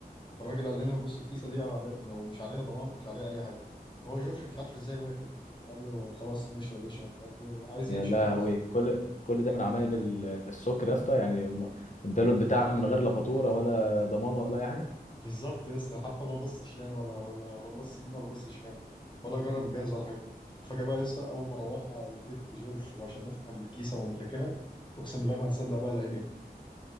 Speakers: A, on the left; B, on the left.
A: فالراجل قال لنا بص الكيسة دي على... ومش عليها ضمان ومش عليها أي حاجة هو جورج مش عارف إزاي وافق قال له خلاص ماشي يا باشا ومش عارف إيه وعايز
B: يا
A: يمشي
B: لهوي
A: وخلاص
B: كل كل ده من عمايل ال- السكر يا اسطى يعني هم اداله البتاع من غير لا فاتوره ولا ضمان ولا اي حاجه
A: بالظبط يا اسطى حتى ما بصش يعني ولا ولا ولا بص يمين ولا بص شمال ولا جرب الجهاز ولا حاجه فجاه بقى يا اسطى اول ما روحنا على البيت جورج عشان نفتح الكيسه ونركنها اقسم بالله ما هتصدق بقى لقينا ايه